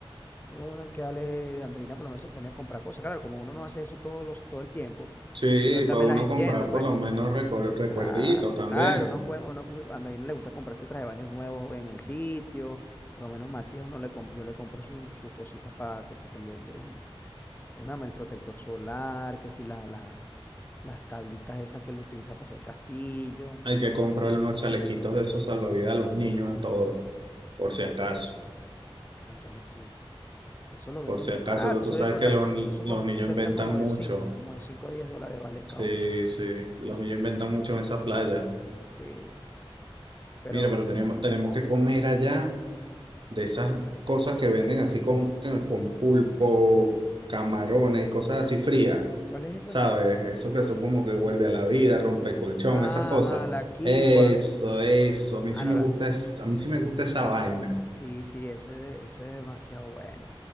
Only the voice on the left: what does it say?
yo hay que darle, Andreina por lo menos se pone a comprar cosas. Claro, como uno no hace eso todos los, todo el tiempo,
entonces yo también
las entiendo,
pues.
Claro,
claro, uno, cue- uno, cu- a Andreina le gusta comprarse traje de baños nuevos en el sitio, por lo menos Matías, uno le comp- yo le compro su- sus cositas para que si pa' el, el, el- el mama, el protector solar, que si la- la- las tablitas esas que él utiliza para hacer castillo,
cónchale, sí, eso lo venden
barato,
eso,
venden, cota-
eso
cuentan
como de
cinco como de 5 a 10 dólares valen cada
uno,
sí, pero
¿cuál es esa?
Ajá,
la Kiwa,
ah,
no,
la,
Sí, sí, eso es, de- eso es demasiado bueno.